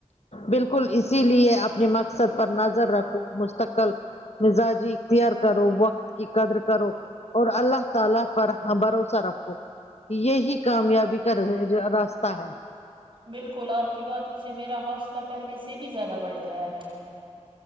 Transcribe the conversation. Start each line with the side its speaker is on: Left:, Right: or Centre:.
Left: بالکل اسی لیے اپنے مقصد پر نظر رکھو مستقل مزاجی اختیار کرو وقت کی قدر کرو اور اللہ تعالی پر بھروسہ رکھو یہی کامیابی کا ر راستہ ہے
Right: بالکل آپ کی باتوں سے میرا حوصلہ پہلے سے بھی زیادہ بڑھ گیا ہے